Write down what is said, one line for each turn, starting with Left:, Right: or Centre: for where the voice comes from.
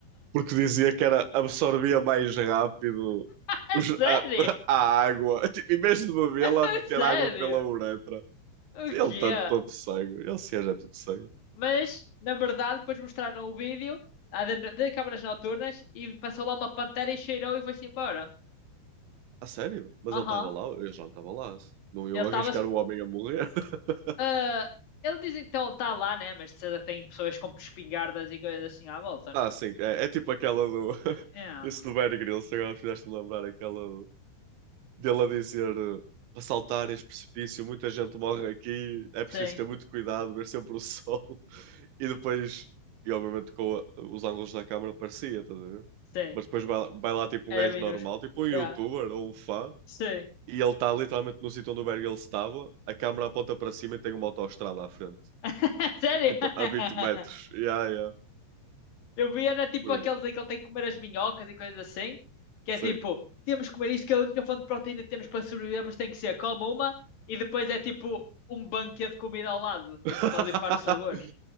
Right: porque dizia que era, absorvia mais rápido
Left: É
Right: os-
Left: sério?
Right: a, <laughs> a água. Tipo, em vez de bebê-la,
Left: <laughs>
Right: meter
Left: É sério?
Right: água pela uretra.
Left: O
Right: Ele
Left: quê?
Right: está todo cego. Ele se é tudo cego.
Left: Mas, na verdade, depois mostraram o vídeo a de, de câmaras noturnas e passou lá uma pantera e cheirou e foi-se embora.
Right: A sério? Mas
Left: Aham.
Right: ele estava lá? Eu já não estava lá. Não iam
Left: Ele estava
Right: arriscar o homem a morrer. <laughs>
Left: ah, ele diz então ele está lá, né? Mas de certeza tem pessoas com espingardas e coisas assim à volta, né?
Right: Ah, sim. É, é tipo aquela do. <laughs>
Left: Yeah.
Right: Isso do Bear Grylls, agora fizeste-me lembrar aquela do- dele a dizer eh, para saltar este precipício, muita gente morre aqui, é preciso
Left: Sim,
Right: ter muito cuidado, ver sempre o sol. <laughs> E depois, e obviamente com a- os ângulos da câmara parecia, estás a ver?
Left: sim.
Right: Mas depois vai, lá- vai lá tipo
Left: Era
Right: um gajo
Left: minúsculo.
Right: normal, tipo um youtuber
Left: Yeah.
Right: ou um fã,
Left: Sim.
Right: e ele está literalmente no sítio onde o Bear Grylls estava, a câmara aponta para cima e tem uma autoestrada à frente.
Left: <laughs> Sério?
Right: Tipo,
Left: <laughs>
Right: a 20 metros. Yeah, yeah.
Left: Eu vi, era tipo
Right: Por
Left: aqueles
Right: aí.
Left: em que ele tem que comer as minhocas e coisas assim, que
Right: Sim.
Left: é tipo, temos que comer isto, que é a única fonte de proteína que temos para sobreviver, por isso tem que ser, come uma, e depois é tipo um banquete de comida ao lado,
Right: <laughs>
Left: tipo, para limpar os sabores.